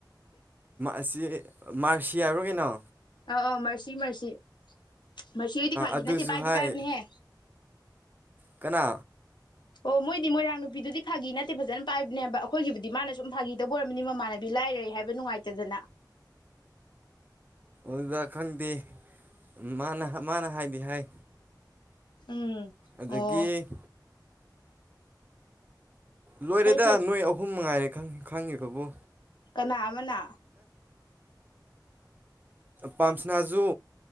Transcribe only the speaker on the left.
ꯑ ꯑ ꯃꯁꯤ ꯃꯁꯤꯁꯤ ꯃꯁꯤꯗꯤ ꯐꯥꯈꯤ
ꯅꯠꯇꯦ ꯄꯥꯏꯗꯤ
ꯄꯥꯏꯕꯅꯦꯍꯦ
ꯑꯣ ꯃꯣꯏꯗꯤ ꯃꯣꯏꯔꯥꯡ ꯅꯨꯄꯤꯗꯨꯗꯤ ꯐꯥꯒꯤ ꯅꯠꯇꯦ ꯐꯖꯅ ꯄꯥꯏꯕꯅꯦꯕ ꯑꯩꯈꯣꯏꯒꯤꯕꯨꯗꯤ ꯃꯥꯅꯁꯨ ꯐꯥꯈꯤ ꯇꯕꯨ ꯑꯣꯏꯔꯝꯅꯤ ꯃꯃꯥꯟꯅꯕꯤ ꯂꯥꯏꯔꯦ ꯍꯥꯏꯕ ꯅꯨꯡꯉꯥꯏꯇꯗꯅ
ꯎꯝ
ꯑꯣ
ꯐꯩ ꯐꯩ
ꯀꯅꯥ ꯑꯃꯅꯥ